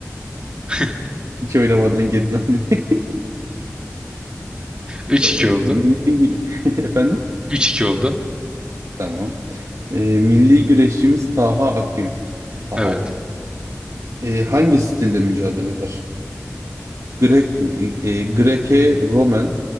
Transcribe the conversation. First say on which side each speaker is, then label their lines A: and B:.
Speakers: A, on the right; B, on the right.
A: <laughs>
B: hiç oynamadan geri döndün. <laughs>
A: Üç
B: Ee,
A: iki oldu.
B: milli güre- <laughs> Efendim?
A: Üç iki oldu.
B: Tamam. Ee, milli güreşçimiz Taha Akgül. Taha.
A: Evet.
B: Ee, hangi stilde mücadele eder? Grek, e, e, Greke, Romen,